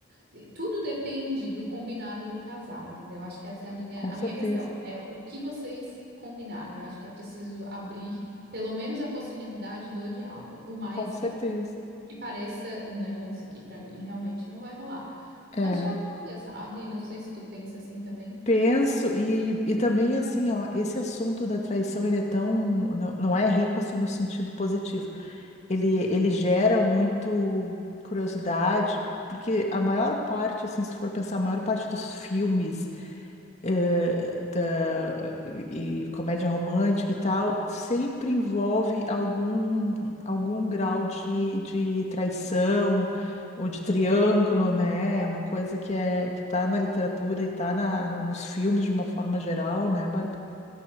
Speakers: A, on the right; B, on the left.
A: E Tudo depende do combinado do casal, entendeu? Acho que essa é a minha,
B: com
A: a
B: certeza,
A: minha questão. É o que vocês combinaram. Eu acho que é preciso abrir pelo menos a possibilidade do diálogo, por mais
B: com certeza.
A: que pareça, não, isso aqui para mim realmente não vai rolar.
B: É,
A: Mas dialoga, sabe? Não sei se tu pensa assim também.
B: penso, e, e também assim, ó, esse assunto da traição, ele é tão, não, não é rico assim no sentido positivo. ele, ele gera muito curiosidade, porque a maior parte, assim, se tu for pensar, a maior parte dos filmes eh, da, e comédia romântica e tal, sempre envolve algum, algum grau de, de traição ou de triângulo, né? É uma coisa que é que tá na literatura e tá na, no- nos filmes de uma forma geral, né, Bárbara?